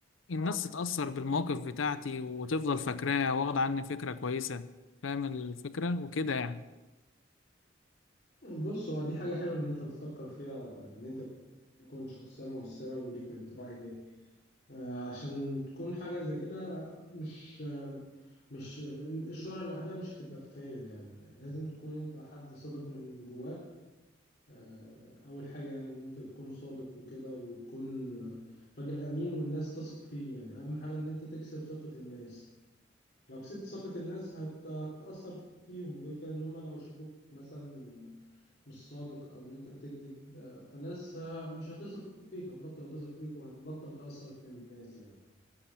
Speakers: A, on the left (about 85°); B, on the left (about 50°).
A: الناس تتاثر بالموقف بتاعتي وتفضل فاكراه واخد عني فكره كويسه فاهم الفكره وكده يعني
B: بص هو دي حاجة حلوة ان انت بتفكر فيها ان انت تكون شخصية مؤثرة وليك انطباع ايجابي آه عشان تكون حاجة زي كده مش مش الشهرة لوحدها مش هتبقى كفاية يعني لازم تكون انت حد صادق من جواك آه اول حاجة يعني ان انت تكون صادق وكده وتكون آه، راجل امين والناس تثق فيه يعني اهم حاجة ان انت تكسب ثقة الناس لو كسبت ثقة الناس هت- هتأثر فيهم وغير كده ان هم لو شافوك مثلا مش صادق او ان انت بتكذب آه، فالناس ه- مش هتثق فيك هتبطل تثق فيك وهتبطل تأثر في الناس يعني